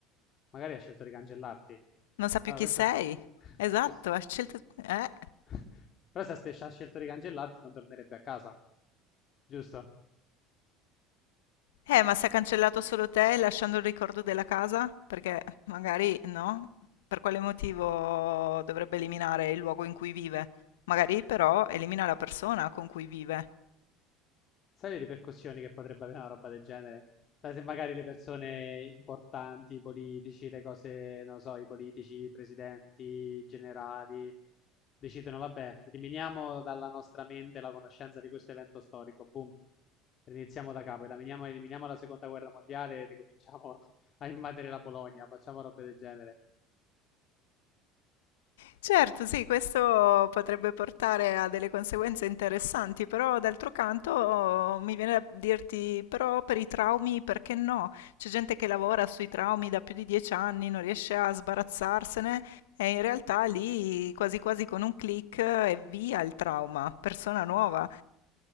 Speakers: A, on the left (about 45°); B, on the left (about 75°).
A: magari ha scelto di cancellarti.
B: Non sa più
A: Allora,
B: chi
A: questo,
B: sei.
A: <laughs>
B: Esatto,
A: questo-
B: ha scelto... Eh.
A: <laughs> Però se ha scelto di cancellarti non tornerebbe a casa, giusto?
B: Eh, ma se ha cancellato solo te lasciando il ricordo della casa? Perché magari no. Per quale motivo dovrebbe eliminare il luogo in cui vive? Magari però elimina la persona con cui vive.
A: Sai le ripercussioni che potrebbe avere una roba del genere? Sai se magari le persone importanti, i politici, le cose, non lo so, i politici, i presidenti, i generali, decidono, vabbè, eliminiamo dalla nostra mente la conoscenza di questo evento storico, boom, riniziamo da capo, eliminiamo, eliminiamo la seconda guerra mondiale e ricominciamo <laughs> a invadere la Polonia, facciamo robe del genere.
B: Certo, sì, questo potrebbe portare a delle conseguenze interessanti, però d'altro canto mi viene da dirti, però per i traumi perché no? C'è gente che lavora sui traumi da più di dieci anni, non riesce a sbarazzarsene e in realtà lì quasi quasi con un click e via il trauma, persona nuova.